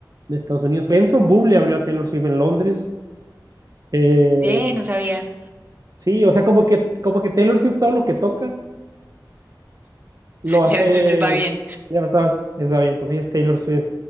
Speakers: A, on the right (about 50°); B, on the right (about 25°).
A: en Estados Unidos. Benson Boom le abrió a Taylor Swift en Londres. Eh,
B: Ve, no sabía.
A: sí, o sea, como que, como que Taylor Swift todo lo que toca lo
B: <laughs>
A: hace.
B: Les, les va bien,
A: Ya está, está bien, pues sí es Taylor Swift.